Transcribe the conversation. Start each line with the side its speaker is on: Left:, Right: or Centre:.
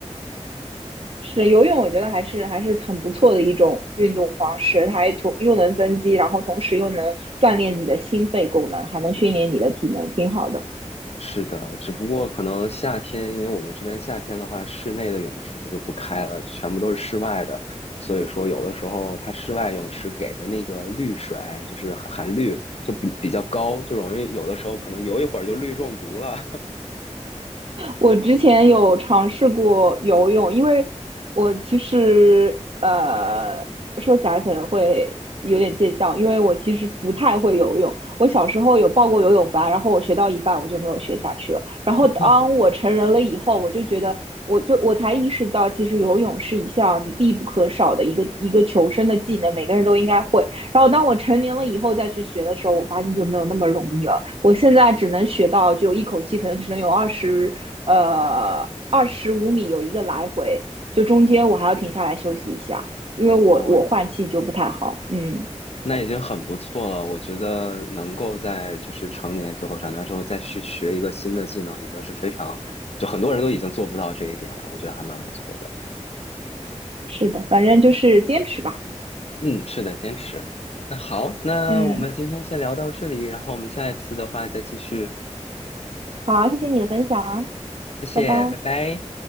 Right: 是游泳，我觉得还是还是很不错的一种运动方式，它还同又能增肌，然后同时又能锻炼你的心肺功能，还能训练你的体能，挺好的。
Left: 是的，只不过可能夏天，因为我们这边夏天的话，室内的泳池它就不开了，就全部都是室外的。所以说，有的时候它室外泳池给的那个氯水，就是含含氯，就比比较高，就容易有的时候可能游一会儿就氯中毒了。
Right: 我之前有尝试过游泳，因为我其实呃说起来可能会有点见笑，因为我其实不太会游泳。我小时候有报过游泳班，然后我学到一半我就没有学下去了。然后当我成人了以后，
Left: <laughs>
Right: 我就觉得，我就我才意识到，其实游泳是一项你必不可少的一个一个求生的技能，每个人都应该会。然后当我成年了以后再去学的时候，我发现就没有那么容易了。我现在只能学到就一口气，可能只能有二十呃二十五米有一个来回，就中间我还要停下来休息一下，因为我我换气就不太好。
Left: 哦，
Right: 嗯，
Left: 那已经很不错了。我觉得能够在就是成年之后、长大之后再去学一个新的技能，已经是非常，就很多人都已经做不到这一点了。我觉得还蛮不错的。
Right: 是的，反正就是坚持吧。
Left: 嗯，是的，坚持。那好，那我们今天先聊到这里，
Right: 嗯，
Left: 然后我们下一次的话再继续。
Right: 好啊，谢谢你的分享啊，
Left: 谢谢，
Right: 拜拜。
Left: 拜拜。